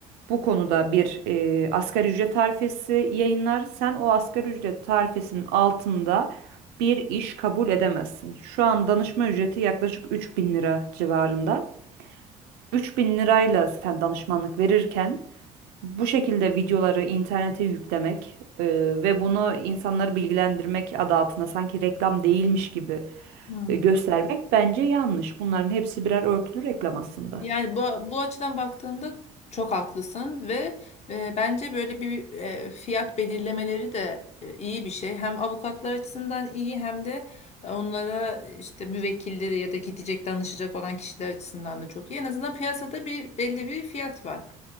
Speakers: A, on the right; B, on the left.
A: Bu konuda bir e, asgari ücret tarifesi yayınlar. Sen o asgari ücret tarifesinin altında bir iş kabul edemezsin. Şu an danışma ücreti yaklaşık 3000 lira civarında. 3000 lirayla sen danışmanlık verirken bu şekilde videoları internete yüklemek e, ve bunu insanları bilgilendirmek adı altında sanki reklam değilmiş gibi
B: Hmm.
A: e, göstermek bence yanlış. Bunların hepsi birer örtülü reklam aslında.
B: Yani bu bu açıdan baktığında çok haklısın ve e, bence böyle bir e, fiyat belirlemeleri de e, iyi bir şey. Hem avukatlar açısından iyi hem de onlara işte müvekkilleri ya da gidecek danışacak olan kişiler açısından da çok iyi. En azından piyasada bir belli bir fiyat var.